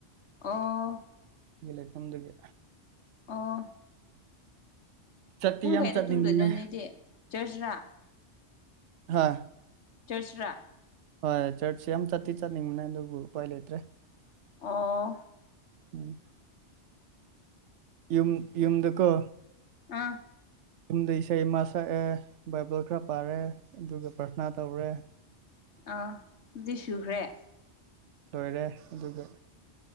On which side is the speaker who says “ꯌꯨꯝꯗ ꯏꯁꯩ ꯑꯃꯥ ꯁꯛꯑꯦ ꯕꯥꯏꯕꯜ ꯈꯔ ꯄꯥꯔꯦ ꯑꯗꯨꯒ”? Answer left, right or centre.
Right